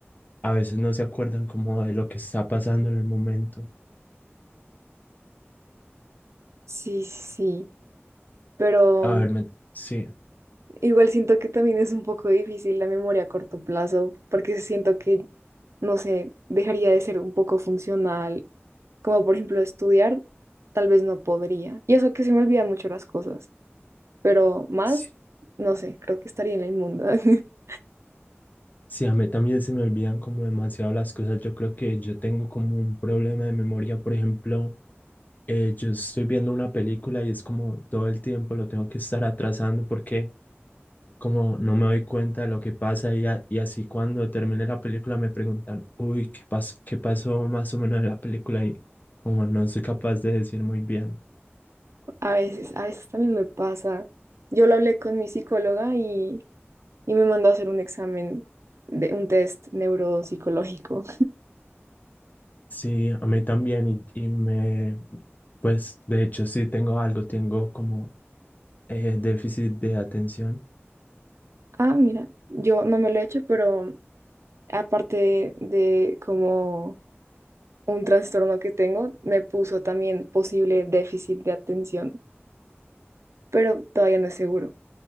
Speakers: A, on the left; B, on the right.
A: a veces no se acuerdan como de lo que está pasando en el momento.
B: Sí, sí, pero
A: A ver, me- sí,
B: igual siento que también es un poco difícil la memoria a corto plazo porque siento que, no sé, dejaría de ser un poco funcional, como por ejemplo estudiar, tal vez no podría. Y eso que se me olvidan mucho las cosas. pero más,
A: sí,
B: no sé, creo que estaría en el mundo. <laughs>
A: sí, a mí también se me olvidan como demasiado las cosas. Yo creo que yo tengo como un problema de memoria. Por ejemplo, eh, yo estoy viendo una película y es como todo el tiempo lo tengo que estar atrasando porque como no me doy cuenta de lo que pasa y, a- y así cuando termine la película me preguntan, uy, ¿qué pasó? ¿Qué pasó más o menos en la película? Y como no soy capaz de decir muy bien.
B: A veces, a veces también me pasa. Yo lo hablé con mi psicóloga y, y me mandó a hacer un examen de un test neuropsicológico.
A: Sí, a mí también y, y me, pues de hecho sí tengo algo, tengo como eh, déficit de atención.
B: Ah, mira, yo no me lo he hecho, pero aparte de como un trastorno que tengo, me puso también posible déficit de atención, pero todavía no es seguro.